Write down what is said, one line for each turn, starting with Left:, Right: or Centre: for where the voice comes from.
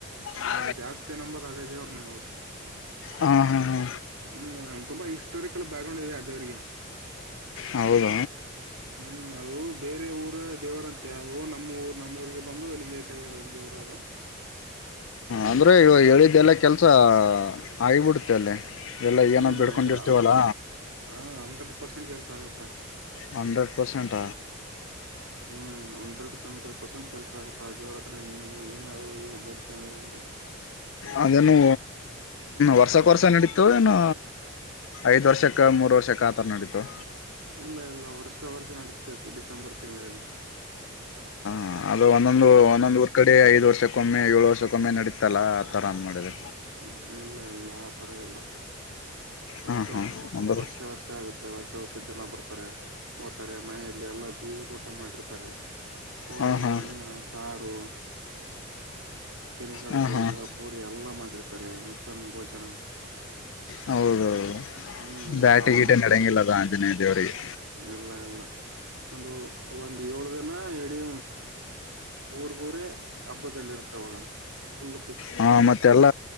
Left: ಹಾ
Right: ನಾನ್ ಜಾಸ್ತಿ ನಂಬದು ಅದೇ ದೇವ್ರನೆ ಹೌದು
Left: ಹಾ ಹಾ ಹಾ
Right: ಹ್ಮ್ ತುಂಬಾ ಹಿಸ್ಟೋರಿಕಲ್ ಬ್ಯಾಕ್ ಗ್ರೌಂಡ್ ಇದೆ ಅದೇವಿಗೆ
Left: ಹೌದ
Right: ಹ್ಮ್ ಅದು ಬೇರೆ ಊರು ದೇವರಂತೆ ಅದು ನಮ್ಮ ಊರ್ ನಮ್ಮೂಊರಿಗೆ ಬಂದು ಲಿಂಗೈಕಾಯರ ದೇವರು ರೋಬ <unintelligible>
Left: ಅಂದರೆ ಇವ ಹೇಳಿದ್ದಲ್ಲ ಕೆಲಸ ಆಗಿಬಿಡುತ್ತೆ ಅಲ್ಲಿ ಎಲ್ಲ
Right: ಹ್ಮ್
Left: ಏನೋ ಬಿಡ್ಕೊಂಡಿರ್ತೀವಲ್ಲ
Right: ಅಂದ್ರೆ ಹ ಅಂಡ್ರೆಡ್ ಪರ್ಸೆಂಟ್ ಕೆಲ್ಸ ಆಗತ್ತ
Left: ಹಣಂಡ್ರೆಡ್ ಪರ್ಸೆಂಟ
Right: ಹ್ಮ್ ಹಂಡ್ರೆಡ್ ಹಂಡ್ರೆಡ್ ಪರ್ಸೆಂಟ್ ಕೆಲ್ಸ ಆಗತವರ ಹತ್ರ ಏನಾದ ಬಡ್ ಅಂದ್ರೆ
Left: ಅದೇನು
Right: ಕೆಲ್ಸ ಆಗುತ್ತೆ
Left: ವರ್ಷ ವರ್ಷ ನಡೀತು ಏನ ಐದ್ ವರ್ಷಕ್ಕ ಮೂರ್ ವರ್ಷಕ್ಕೆ ಆತರ ನಡೀತು
Right: ಇಲ್ಲ ಇಲ್ಲ ವರ್ಷ ವರ್ಷ ನಡಿತದ ಡಿಸೆಂಬರ್ ತಿಂಗಳಲ್ಲಿ
Left: ಹ ಅದು ಒಂದೊಂದು
Right: ಹ್ಮ್
Left: ಒಂದೊಂದು ಊರ್ ಕಡೆ ಐದು ವರ್ಷಕ್ಕೊಮ್ಮೆ ಏಳು ವರ್ಷಕ್ಕೊಮ್ಮೆ ನಡೀತಲ್ಲ ಆ ಥರ್ ಮಾಡ್ರೆ
Right: ಹ್ಮ ಇಲ್ಲ ಇಲ್ಲ ಆತ್ರ ಇಲ್ಲ ವರ್ಷ
Left: ಹಾ ಹಾ ಅಂದ್ರ
Right: ವರ್ಷ ವರ್ಷ ಆಗುತ್ತೆ ವರ್ಷ ವರ್ಷದ ಜನ ಬರ್ತಾರೆ ಹಓ್ತಾರೆ ಮನೆಯಲ್ಲಿ ಎಲ್ಲಾ ಬೀಗ್ರೂ ಊಟ ಮಾಡಿರ್ತಾರೆ ಹೋಳಿಗೆ
Left: ಹಾ ಹಾ
Right: ಅನ್ನ ಸಾರು ಕಿರಿ ಕಡುಬು
Left: ಹಾ ಹಾ
Right: ಎಲ್ಲಾ ಪೂರಿ ಎಲ್ಲಾ ಮಾಡಿರ್ತಾರೆ ಮುಷಾನ ಭೋಜನ
Left: ಹೌದೌದು
Right: ಹ್ಮ್
Left: ಬ್ಯಾಟಿ
Right: ಆ
Left: ಗೀಟ
Right: ಒಂದು
Left: ನಡಂಗಿಲ್ಲದ ಆಂಜನೇಯ ದೇವರಿಗೆ
Right: ಎಲ್ಲ ಎಲ್ಲ ಒಂದು ಒಂದ್ ಏಳ ದ ಇಡೀ ಊರ್ಗೂರೇ ಹಬ್ಬದಲ್ಲಿ ಇರ್ತಾವಾಗ ಪುಲ್ಲ
Left: ಹಾ ಮತ್ತೆಲ್ಲ